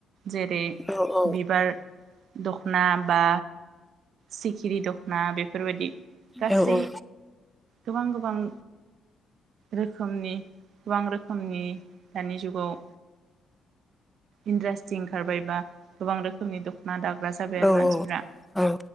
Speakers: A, on the right; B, in the centre.
A: जेरै
B: औ औ
A: बिबार दखना बा सिखिरि दखना बेफोरबायदि गासै
B: औ औ
A: गोबां गोबां रोखोमनि गोबां रोखोम समनि दानि जुगाव इनडासट्रि ओंखारबाय बा गोबां रोखोमनि दख ना दाग्रा जाबाय आरो
B: औ
A: मानसिफ्रा
B: औ